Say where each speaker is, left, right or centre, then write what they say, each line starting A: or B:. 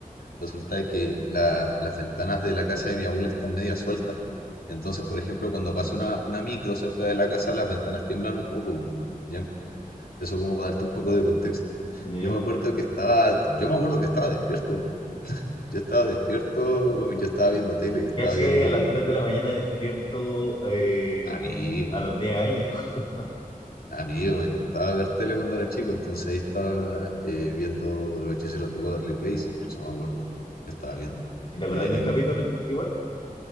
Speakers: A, on the left; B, on the left.
A: resulta de que la- las ventanas de la casa de mi abuela están media sueltas. Entonces, por ejemplo, cuando pasa una, una micro cerca de la casa, las ventanas tiemblan un poco, ¿ya? Eso como para darte un poco de contexto.
B: ¿Ya,
A: Yo
B: ya?
A: me acuerdo que estaba, yo me acuerdo que estaba despierto, po. Yo estaba despierto, yo estaba viendo tele, estaba
B: ¿Qué hacías
A: viendo
B: a las 3 de la mañana despierto eh,
A: amigo,
B: un- a los 10 años? <laughs>
A: amigo, me encantaba ver tele cuando era chico, entonces ahí estaba eh, viendo los hechiceros de Waverly Place, incluso me acuerdo, que estaba viendo.
B: ¿Y te acordáis
A: Eh,
B: del capítulo igual?